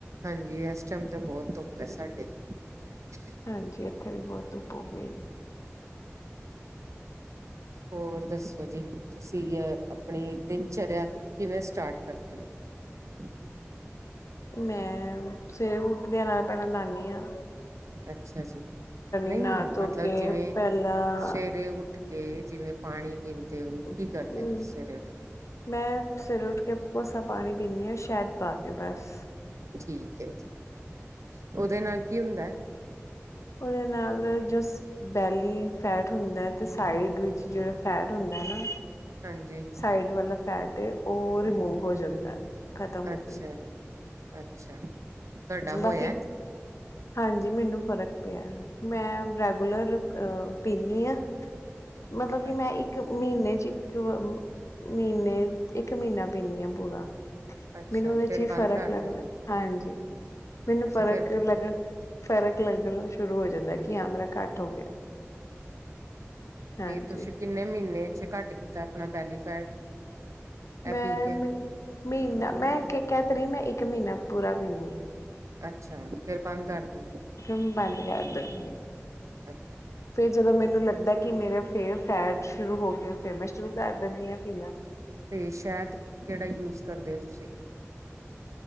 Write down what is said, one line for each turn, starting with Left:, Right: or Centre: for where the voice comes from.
Right: ਹਾਂਜੀ ਇਸ ਟਾਈਮ ਤਾਂ <inaudible>
Left: ਹਾਂਜੀ ਇੱਥੇ ਵੀ ਬਹੁਤ ਧੁੱਪ ਹੋ ਗਈ ਆ।
Right: ਹੋਰ ਦੱਸੋ ਜੀ। ਤੁਸੀਂ ਅ ਆਪਣੀ ਦਿਨਚਰਿਆ ਕਿਵੇਂ ਸਟਾਰਟ <unintelligible>
Left: ਮੈਂ ਸਵੇਰੇ ਉੱਠ ਦੇਆ ਨਾਲ ਪਹਿਲਾਂ ਨਾਨੀ ਹਾਂ
Right: ਅੱਛਾ ਜੀ ਨਹੀਂ
Left: ਨਹਾ ਧੋ
Right: ਮਤਲਬ
Left: ਕੇ
Right: ਜਿਵੇਂ
Left: ਪਹਿਲਾਂ
Right: ਸਵੇਰੇ ਉੱਠ ਕੇ ਜਿਵੇਂ ਪਾਣੀ ਪੀਂਦੇ ਹੋ ਕੀ
Left: ਹਮ
Right: ਕਰਦੇ ਹੋ ਸਵੇਰੇ ਉੱਠ ਕੇ?
Left: ਮੈਂ ਸਰੇ ਉੱਠ ਕੇ ਕੋੋਸਾ ਪਾਣੀ ਪੀਦੀ ਹਾਂ ਸ਼ਾਹਿਦਦ ਪਾ ਕੇ ਬਸ
Right: ਠੀਕ ਹੈ ਜੀ ਉਹਦੇ ਨਾਲ ਕੀ ਹੁੰਦਾ ਹੈ।
Left: ਉਹਦੇ ਨਾਲ ਜੋ ਬੈਲੀ ਫੈਟ ਹੁੰਦਾ ਹੈ ਤੇ ਸਾਈਡ ਵਿੱਚ ਜਿਹੜਾ ਫੈਟ ਹੁੰਦਾ ਹੈ ਨਾ
Right: ਹਾਂਜੀ
Left: ਸਾਈਡ ਵਾਲਾ ਫੈਟ ਏ ਉਹ ਰਿਮੂਵ ਹੋ ਜਾਂਦਾ ਖਤਮ ਹੋ
Right: ਅੱਛਾ
Left: ਜਾਂਦਾ।
Right: ਅੱਛਾ ਤੁਹਾਡਾ ਹੋਇਆ?
Left: ਬਾਕੀ ਹਾਂਜੀ ਮੈਨੂੰ ਫ਼ਰਕ ਪਿਆ ਮੈਂ ਰੈਗੂਲਰ ਅਹ ਪੀਂਦੀ ਹਾਂ। ਮਤਲਬ ਕਿ
Right: ਅੱਛਾ
Left: ਮੈਂ ਇੱਕ ਮਹੀਨੇ ਚ ਹੀ ਕਿ ਮਹੀਨੇ ਇੱਕ ਮਹੀਨਾ ਪੀਂਦੀ ਆ ਪੂਰਾ
Right: ਅੱਛਾ
Left: ਮੈਨੂੰ ਉਹਦੇ
Right: ਫੇਰ
Left: ਚ ਹੀ ਫ਼ਰਕ
Right: ਬੰਦ ਕਰ
Left: ਲੱਗਣਾ
Right: ਦਿੰਦੇ ਹੋ
Left: ਹਾਂਜੀ। ਮੈਨੂੰ
Right: ਅੱਛਾ
Left: ਫ਼ਰਕ
Right: ਫੇਰ
Left: ਲੱਗ ਫਰਕ ਲੱਗਣ ਸ਼ੁਰੂ ਹੋ ਜਾਂਦਾ ਕਿ ਹਾਂ ਮੇਰਾ ਘੱਟ ਹੋ ਗਿਆ ਹਾਂਜੀ
Right: ਤੇ ਤੁਸੀਂ ਕਿੰਨੇ ਮਹੀਨੇ ਚ ਘੱਟ ਕੀਤਾ ਆਪਣਾ ਬੈਲੀ ਫੈਟ ਇਹ
Left: ਮੈਂ
Right: ਪੀ ਕੇ
Left: ਮ ਮਹੀਨਾ ਮੈਂ ਕਹਿ ਤ ਰਹੀ ਮੈਂ ਇੱਕ ਮਹੀਨਾ ਪੂਰਾ ਪੀਦੀ ਆ
Right: ਅੱਛਾ ਫੇਰ ਬੰਦ ਕਰ ਦਿਦੇ
Left: ਫੇਰ ਮੈਂ ਬੰਦ ਕਰ ਦਿੰਦੀ ਆ।
Right: ਅੱਛਾ
Left: ਜਦੋਂ ਮੈਨੂੰ ਲੱਗਦਾ ਕਿ ਮੇਰਾ ਫੇਰ ਫੈਟ ਸ਼ੁਰੂ ਹੋ ਗਿਆ ਫੇਰ ਮੈਂ ਸ਼ੁਰੂ ਕਰ ਦਿੰਦੀ ਹਾਂ ਪੀਣਾ
Right: ਤੇ ਸ਼ਹਿਦ ਕਿਹੜਾ ਯੂਜ ਕਰਦੇ ਹੋ ਤੁਸੀਂ